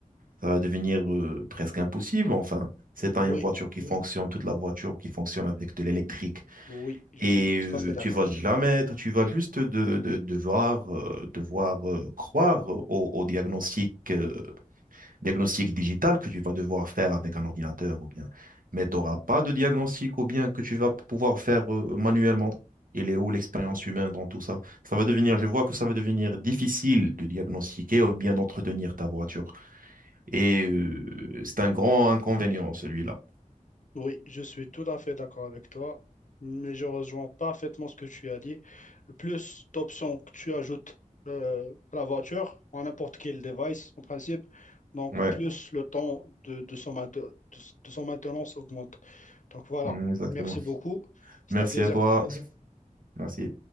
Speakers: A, on the right (about 80°); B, on the left (about 65°).
A: ça va devenir euh, presque impossible. Enfin, c'est pas
B: oui,
A: une voiture qui fonctionne, toute la voiture qui fonctionne avec de l'électrique.
B: oui, je
A: Et
B: suis tout
A: euh,
B: à fait d'accord.
A: tu vas jamais, être- tu vas juste de, de- devoir, euh, devoir euh, croire au, au diagnostic, euh, diagnostic digital que tu vas devoir faire avec un ordinateur ou bien. Mais tu n'auras pas de diagnostic ou bien que tu vas pouvoir faire euh, manuellement. Il est où l'expérience humaine dans tout ça? Ça va devenir, je vois que ça va devenir difficile de diagnostiquer ou bien d'entretenir ta voiture. Et euh, c'est un grand inconvénient, celui-là.
B: Oui, je suis tout à fait d'accord avec toi, mais je rejoins parfaitement ce que tu as dit. Plus d'options que tu ajoutes euh, à la voiture, à n'importe quel device en principe, donc
A: Ouais,
B: plus le temps de, de son, mate- de de son maintenance augmente. Donc voilà,
A: mm, exactement.
B: merci beaucoup, c'est
A: Merci
B: un plaisir.
A: à toi. Merci.